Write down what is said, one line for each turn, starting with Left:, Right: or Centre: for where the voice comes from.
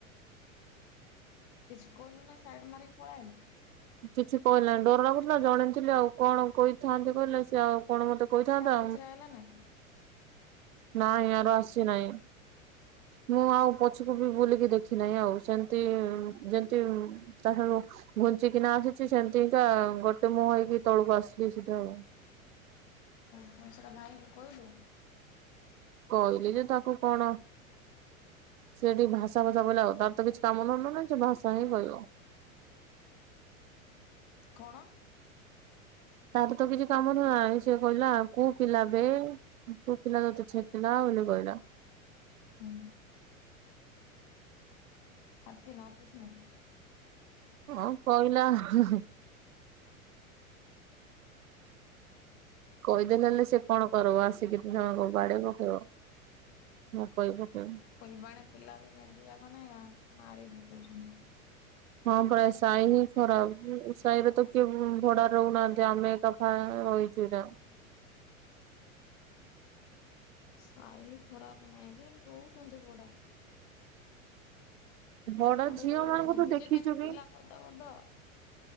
Left: କିଛି କହିଲୁ ନାହିଁ ସାଇଡ଼୍ ମାରିକି ପଳାଇଆଇଲୁ।
Right: କିଛି କହିଲାନି ଡର ଲାଗୁଥିଲା ଜଣେ ଥିଲି, ଆଉ କଣ କହିଥାନ୍ତି କହିଲେ ସେ ଆଉ କଣ ମତେ କହିଥାନ୍ତା,
Left: ସେୟାର ପଛରେ ଆଇଲା ନାଇଁ
Right: ନାଇଁ ଆର ଆସି ନାଇଁ। ମୁଁ ଆଉ ପଛକୁ ବି ବୁଲିକି ଦେଖି ନାହିଁ ଆଉ ସେମିତି ଯେମତି ତା ଠାରୁ ଘୁଞ୍ଚିକିନା ଆସିୁଛି ସେମିତିକା ଗୋଟେ ମୁହଁ ହେଇକି ତଳକୁ ଆସିଲି ସେଟା ଆଉ।
Left: ମଁ ସେଇଟା ଭାଇଙ୍କୁ କହିଲୁ?
Right: କହିଲି ଯେ ତାକୁ କଣ? ସେଠି ଭାଷା ଭାଷା ଵଲା ଆଉ ତାର କିଛି କାମ ଧନ୍ଦା ନାହିଁ, ସେ ଭାଷା ହିଁ କହିବ।
Left: କଣ?
Right: ତାର ତ କିଛି କାମ ଧନ୍ଦା ନାହିଁ, ସେ କହିଲା କୋଉ ପିଲାବେ? ପୁଅ ପିଲା ଗୋଟେ ଛେକିଲା ବୋଲି ବଇଲା।
Left: ହୁଁ ଆଣ୍ଟିନା ଡିଷ୍ଟ ଟିଭି ନାହିଁ।
Right: ହଁ କହିଲା। ହାଁ ହାଁ କହିଦେ ନହେଲେ ସେ କଣ କରବ ଆସିକି ଦି ଜଣଙ୍କୁ ବାଡେଇ ପକେଇବ। ମୁଁ କହି ପକେଇବି।
Left: ଫୁଲବାଣୀ ପିଲା ବି ଯେମିତି ଯାକ ନା ମାରି ପକଉଛନ୍ତି।
Right: ହଁ ପରା ସାହି ହିଁ ଖରାପ। ଏ ସାହିରେ ତ କିଏ ଭଡା ରହୁନାହାନ୍ତି ଆମେ ଏକା ହଁ ରହିଛୁ ଯା।
Left: ସାହି ଖରାପ ନାହିଁ ଯେ। ହେଲେ ରହୁଛନ୍ତି ଭଢା
Right: ଭଡା
Left: ସେପଟେ
Right: ଝିଅ
Left: ରହୁଛନ୍ତି
Right: ମାନଙ୍କୁ ତୁ ଦେଖିଛୁ
Left: ଯେ କିନ୍ତୁ
Right: କି?
Left: ପିଲା ଗଦା ଗଦା ଆଉ।